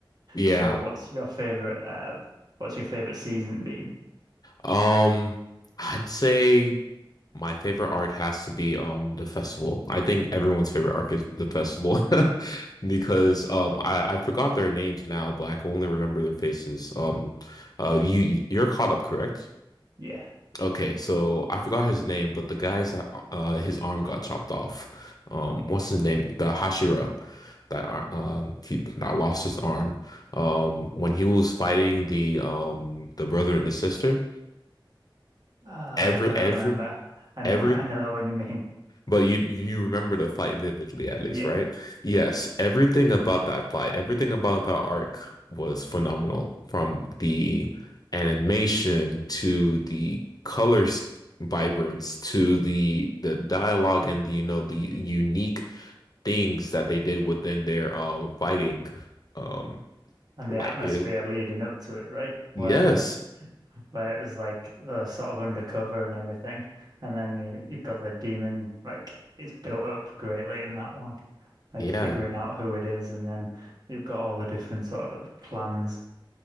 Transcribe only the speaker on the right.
So, what's your favorite? Uh, what's your favorite season been?
Yeah.
Ah,
I can't
remember. I know,
I know the <laughs> one you mean.
Yeah.
And
the atmosphere
leading up to it, right? Where
where it was like the sort of undercover and everything. And then you- you've got the demon, like it's built up greatly in that one. Like
figuring out who it is and then you've got all the different sort of clans.